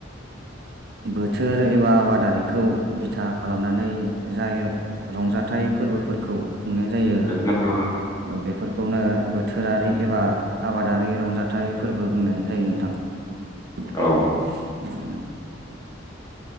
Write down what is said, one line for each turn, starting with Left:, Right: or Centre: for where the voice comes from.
Right: बोथोर एबा आबादारि खौ बिथा खालामनानै जाय रंजाथाइ फोरबोफोरखौ खुंनाय जायो
Left: गोजोननाय थाबाय।
Right: ओ बेफोर खौनो बोथोरारि एबा आबादारि रंजाथाइ फोरबो बुंनाय जायो नोंथां ।
Left: औ
Right: <unintelligible>